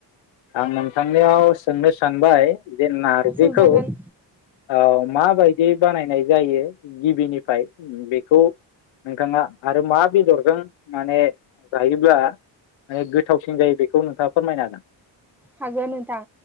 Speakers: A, on the left; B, in the centre.
A: आं नोंथांनियाव सोंनो सानबाय जे नारजिखौ
B: सोंजागोन
A: ओ मा बाय दि बानायनाय जायो गिबिनिफ्राय बेखौ नोंथाङा आरो मा बेदरजों माने जायोब्ला ओ गोथावसिन जायबाय बे खौ नोंथाङा फोरमायनो हागोन?
B: हागोन नोंथां